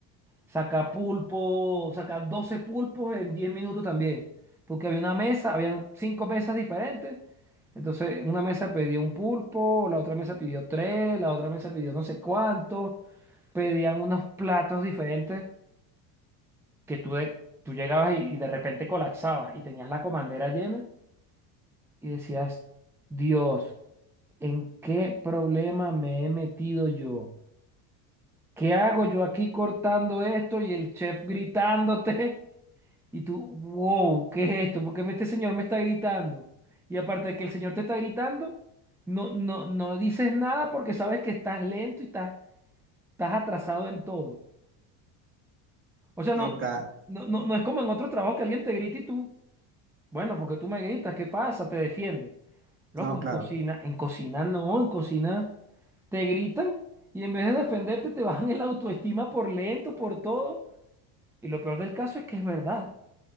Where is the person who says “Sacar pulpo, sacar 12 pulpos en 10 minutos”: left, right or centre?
Centre